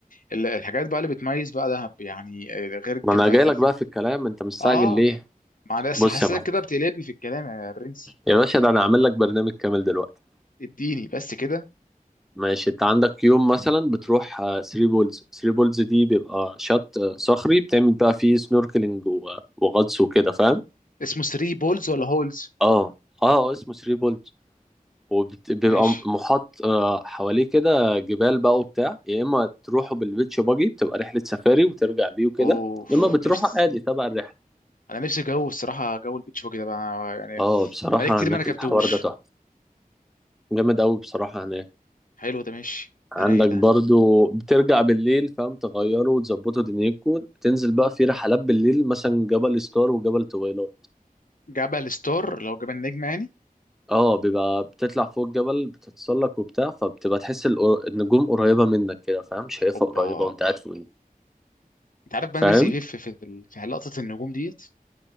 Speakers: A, on the left (about 65°); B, in the centre.
A: ال- الحاجات بقى اللي بتميز بقى دهب يعني آه، غير الكامبات
B: ما انا جاي لك
A: ال-
B: بقى في الكلام انت مستعجل
A: اه
B: ليه
A: معلش
B: بص
A: حاسسك
B: يا معلم
A: كده بتقلبني في الكلام يا برنس
B: يا باشا ده انا هعمل لك برنامج كامل دلوقتي
A: اديني بس كده
B: ماشي انت عندك يوم مثلا بتروح 3 بولز 3 بولز دي بيبقى شط آه، صخري بتعمل بقى فيه سنوركلينج و- وغطس وكده فاهم
A: اسمه 3 بولز ولا هولز
B: اه اه اسمه 3 بولز وبيبقى
A: ماشي
B: محاط آه، حواليه كده جبال بقى وبتاع يا اما تروحوا بالبيتش باجي بتبقى رحلة سفاري وترجع بيه وكده
A: اوف
B: يا اما بتروحوا
A: نفسي
B: عادي تبع الرحلة
A: انا نفسي جو الصراحه جو البيتش باجي ده بقى يعني
B: اه بصراحة
A: بقالي كتير
B: هناك
A: ما ركبتهوش
B: الحوار ده تحفة جامد قوي بصراحة هناك
A: حلو ده ماشي
B: عندك
A: ده رايق ده
B: برضو بترجع بالليل فاهم تغيره وتظبطه دنيتكو تنزل بقى في رحلات بالليل مثلا جبل ستار وجبل طويلات
A: جبل ستار لو جبل نجم يعني
B: اه بيبقى بتطلع فوق الجبل بتتسلق وبتاع فبتبقى تحس القر- النجوم قريبة منك كده فاهم شايفها
A: اوبا
B: قريبة وانت قاعد فوقيه
A: انت عارف بقى
B: فاهم
A: انا نفسي ايه في في في في لقطه النجوم ديت